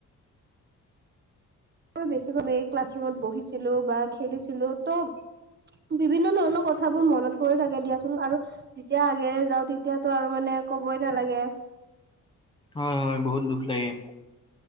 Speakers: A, on the right; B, on the left.
A: তোৰ বেছিকৈ মেৰি ক্লাছৰুমত বহিছিলো বা খেলিছিলো ত'--' বিভিন্ন ধৰণৰ কথাবোৰ মনত পৰি থাকে দিয়াচোন, আৰু যেতিয়া আগেৰে যাওঁ তেতিয়াতো আৰু মানে কবই নালাগে।
B: হয় হয়, বহুত দুখ লাগে।